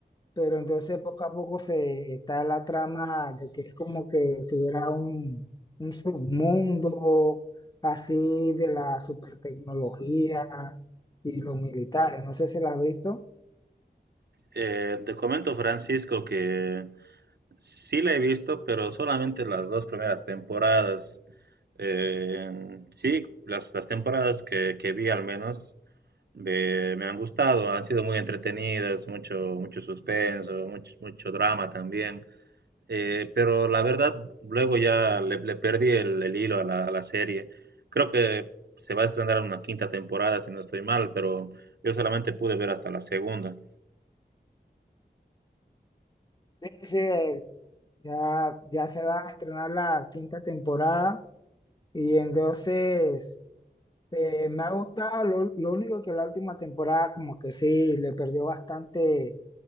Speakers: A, on the left; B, on the right.
A: pero entonces poco a poco se está la trama de que es como que si hubiera un, un submundo así de la supertecnología y los militares, no sé si la has visto.
B: Eh, te comento Francisco que sí la he visto, pero solamente las dos primeras temporadas. Eh, sí, las, las temporadas que, que vi al menos me, me han gustado, han sido muy entretenidas, mucho, mucho suspenso, mucho, mucho drama también. Eh, pero la verdad, luego ya le, le perdí el, el hilo a la, a la serie. Creo que se va a estrenar una quinta temporada, si no estoy mal, pero yo solamente pude ver hasta la segunda.
A: Sí, sí, eh, ya, ya se va a estrenar la quinta temporada y entonces eh, me ha gustado, lo, lo único que la última temporada como que sí, le perdió bastante,